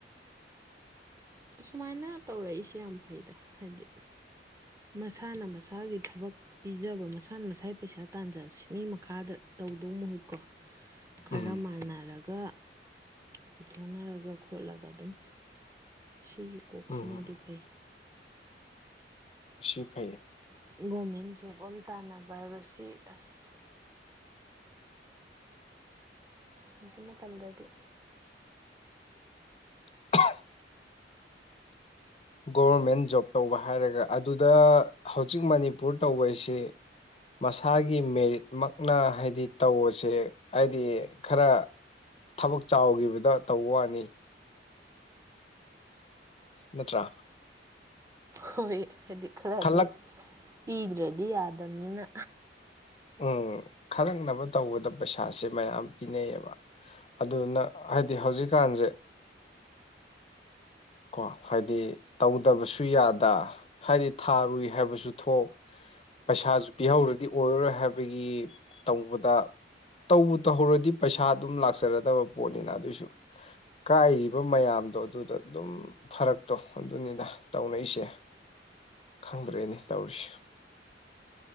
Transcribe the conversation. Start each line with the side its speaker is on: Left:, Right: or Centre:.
Right: ꯑꯁꯨꯃꯥꯏꯅ ꯇꯧꯔꯛꯏꯁꯦ ꯌꯥꯝ ꯐꯩꯗ ꯍꯥꯏꯗꯤ ꯃꯁꯥꯅ ꯃꯁꯥꯒꯤ ꯊꯕꯛ ꯄꯤꯖꯕ ꯃꯁꯥꯅ ꯃꯁꯥꯒꯤ ꯄꯩꯁꯥ ꯇꯥꯟꯖꯁꯦ ꯃꯤ ꯃꯈꯥꯗ ꯇꯧꯗꯧ ꯃꯍꯨꯠꯀꯣ ꯈꯔ
Left: ꯎꯝ
Right: ꯃꯥꯟꯅꯔꯒ ꯄꯨꯊꯣꯛꯅꯔꯒ ꯈꯣꯠꯂꯒ ꯑꯗꯨꯝ ꯑꯁꯤꯒꯤ ꯀꯣꯛꯁꯤꯅꯗꯤ
Left: ꯎꯝ
Right: ꯐꯩ
Left: <inaudible>
Right: ꯒꯣꯔꯃꯦꯟ ꯖꯣꯕ ꯑꯃ ꯇꯥꯟꯅꯕ ꯍꯥꯏꯕꯁꯤ ꯑꯁ ꯍꯧꯖꯤꯛ ꯃꯇꯝꯗꯗꯤ
Left: <unintelligible> ꯒꯣꯕꯔꯃꯦꯟ ꯖꯣꯕ ꯇꯧꯕ ꯍꯥꯏꯔꯒ ꯑꯗꯨꯗ ꯍꯧꯖꯤꯛ ꯃꯅꯤꯄꯨꯔ ꯇꯧꯕꯁꯤ ꯃꯁꯥꯒꯤ ꯃꯦꯔꯤꯠꯃꯛꯅ ꯍꯥꯏꯗꯤ ꯇꯧꯕꯁꯦ ꯍꯥꯏꯗꯤ ꯈꯔ ꯊꯕꯛ ꯆꯥꯎꯈꯤꯕꯗ ꯇꯧꯕ ꯋꯥꯅꯤ ꯅꯠꯇ꯭ꯔꯥ
Right: ꯍꯣꯏ ꯍꯥꯏꯗꯤ ꯈꯔ
Left: ꯈꯜꯂꯛ
Right: ꯑꯗꯨꯝ ꯄꯤꯗ꯭ꯔꯗꯤ ꯌꯥꯗꯕꯅꯤꯅ
Left: ꯎꯝ ꯈꯜꯂꯛꯅꯕ ꯇꯧꯕꯗ ꯄꯩꯁꯥꯁꯦ ꯃꯌꯥꯝ ꯄꯤꯅꯩꯌꯦꯕ ꯑꯗꯨꯗꯨꯅ ꯍꯥꯏꯗꯤ ꯍꯧꯖꯤꯛꯀꯥꯟꯁꯦ ꯀꯣ ꯍꯥꯏꯗꯤ ꯇꯧꯗꯕꯁꯨ ꯌꯥꯗ ꯍꯥꯏꯗꯤ ꯊꯥꯔꯨꯏ ꯍꯥꯏꯕꯁꯨ ꯊꯣꯛ ꯄꯩꯁꯥꯁꯨ ꯄꯤꯍꯧꯔꯗꯤ ꯑꯣꯏꯔꯔꯣꯏ ꯍꯥꯏꯕꯒꯤ ꯇꯧꯕꯗ ꯇꯧꯕ ꯇꯧꯍꯧꯔꯗꯤ ꯄꯩꯁꯥ ꯑꯗꯨꯝ ꯂꯥꯛꯆꯔꯗꯕ ꯄꯣꯠꯅꯤꯅ ꯑꯗꯨꯏꯁꯨ ꯀꯥꯏꯔꯤꯕ ꯃꯌꯥꯝꯗꯣ ꯑꯗꯨꯗ ꯑꯗꯨꯝ ꯐꯔꯛꯇꯣ ꯑꯗꯨꯅꯤꯅ ꯇꯧꯅꯏꯁꯦ ꯈꯪꯗ꯭ꯔꯦꯅꯦ ꯇꯧꯔꯤꯁꯦ